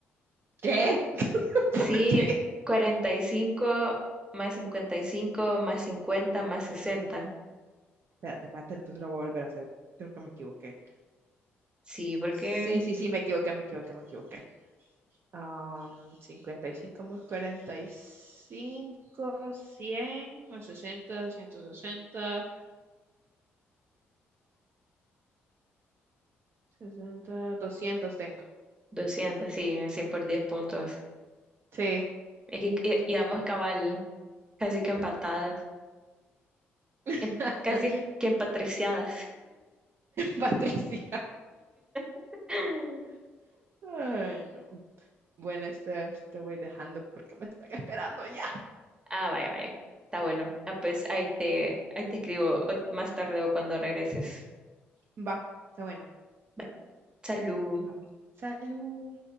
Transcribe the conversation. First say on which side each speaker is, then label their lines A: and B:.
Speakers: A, on the right; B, on the right.
A: ¿Qué? <laughs> ¿Por
B: Sí,
A: qué?
B: 45 más 55 más 50 más sesenta
A: Espérate, espérate, entonces lo voy a volver a hacer. Creo que me equivoqué.
B: Sí, porque
A: Sí, sí, sí, me equivoqué, me equivoqué, me equivoqué. Um, 55 más cuarenta y cinco 100 más sesenta ciento sesenta sesenta doscientos tengo.
B: 200, sí, así por 10 puntos.
A: Sí,
B: Es que eh, íbamos cabal, casi que empatadas,
A: <laughs>
B: em- casi que empatriciadas.
A: Patricia.
B: <laughs>
A: Ay, no. Bueno, Steph, te voy dejando porque me están esperando ya.
B: Ah, vaya, vaya. Está bueno. Ah, pues ahí te, ahí te escribo o- más tarde o cuando regreses.
A: Va, está bueno.
B: Bye. Salud.
A: Va. Salud.